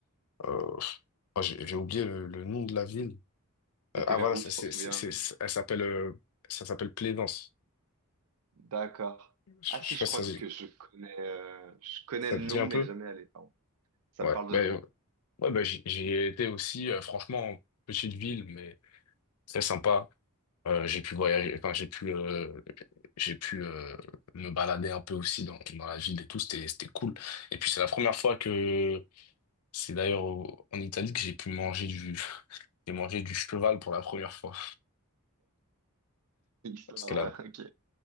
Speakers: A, on the left; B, on the right.
A: euh, oh, j'ai j'ai oublié le, le nom de la ville.
B: T'étais
A: Euh, ah
B: vers
A: voilà,
B: où,
A: c'est,
B: tu
A: c'est,
B: t'en souviens?
A: c'est, c'est- elle s'appelle euh, ça s'appelle Plaisance.
B: D'accord.
A: Je,
B: Ah si,
A: je sais
B: je
A: pas si
B: crois
A: ça, se- dit-
B: que je connais euh, je connais
A: ça
B: le
A: te
B: nom,
A: dit un
B: mais
A: peu.
B: jamais allé. Pardon. Ça
A: Ouais,
B: me parle
A: ben
B: de nom.
A: euh,
B: hein.
A: ouais, ben j'y j'y ai été aussi, euh, franchement, petite ville, mais très sympa. Euh, j'ai pu voyager, enfin j'ai pu euh, j'ai pu euh, me balader un peu aussi dans, dans la ville et tout, c'était c'était cool. Et puis c'est la première fois que c'est d'ailleurs au- en Italie que j'ai pu manger du <laughs> j'ai mangé du cheval pour la première fois.
B: Histoire,
A: Parce que
B: euh,
A: là
B: <laughs> ok.